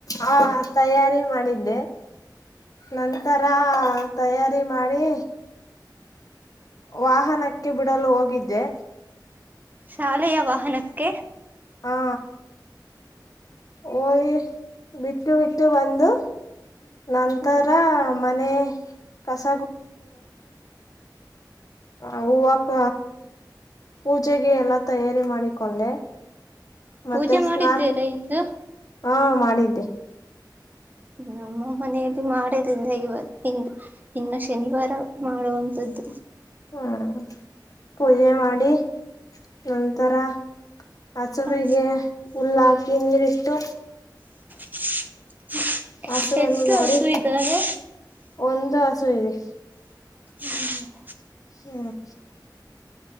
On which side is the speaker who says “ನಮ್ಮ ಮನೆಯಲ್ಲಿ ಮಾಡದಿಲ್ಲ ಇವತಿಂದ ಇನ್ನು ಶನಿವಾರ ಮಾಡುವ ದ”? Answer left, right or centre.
Right